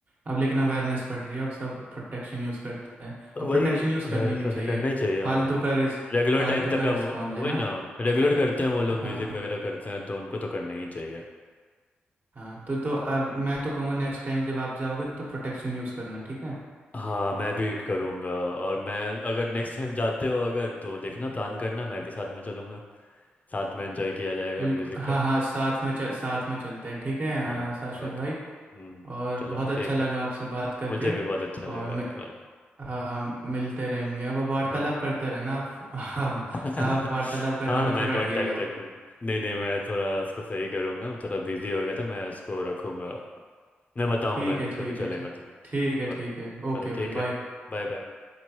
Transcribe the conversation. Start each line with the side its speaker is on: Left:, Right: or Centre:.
Right: अब लेकिन अवेयरनेस बढ़ रही है अब सब प्रोटेक्शन यूज़ करते हैं और
Left: वही
Right: प्रोटेक्शन
Left: अ,
Right: यूज़ करनी भी चाहिए
Left: निकलना ही चाहिए
Right: फालतू
Left: हाँ
Right: का रिस्क
Left: रेगुलर
Right: फालतू
Left: टाइम तक
Right: का रिस्क
Left: अब
Right: कौन लेना
Left: वही ना रेगुलर करते हैं वो लोग
Right: हाँ
Left: म्यूजिक
Right: हाँ
Left: वगैरह करते हैं तो उनको तो करना ही चाहिए
Right: हाँ तो तो अब मैं तो कहूँगा नेक्स्ट टाइम जब आप जाओगे तो प्रोटेक्शन यूज़ करना ठीक है
Left: हाँ मैं भी करूँगा और मैं अगर नेक्स्ट टाइम जाते हो अगर तो देखना प्लान करना मैं भी साथ में चलूँगा साथ में एंजॉय किया जाएगा
Right: बिल्कुल
Left: म्यूज़िक
Right: हाँ
Left: का
Right: हाँ साथ में चल साथ में चलते हैं ठीक है आ,
Left: हाँ
Right: शाश्वत
Left: ओके
Right: भाई
Left: हम्म
Right: और
Left: चलो
Right: बहुत अच्छा
Left: ठीक
Right: लगा
Left: है
Right: आपसे बात करके
Left: मुझे भी बहुत अच्छा लगा
Right: और मे-
Left: चलो
Right: हाँ हाँ मिलते रहेंगे अब आप वार्तालाप
Left: हाँ
Right: करते रहना आप आप
Left: <laughs>
Right: आप वार्तालाप करने
Left: हाँ
Right: में
Left: मैं
Right: थोड़ा
Left: कांटेक्ट
Right: ढीले हो
Left: रखूँगा नहीं नहीं मैं थोड़ा इसको सही करूँगा थोड़ा बिजी हो गया था मैं इसको रखूँगा मैं बताऊँगा
Right: ठीक है ठीक
Left: कभी चलेंगे
Right: है ठीक
Left: तो
Right: ठीक है
Left: ओके
Right: ठीक है ओके
Left: चलो ठीक
Right: ओके
Left: है
Right: बाय
Left: Bye bye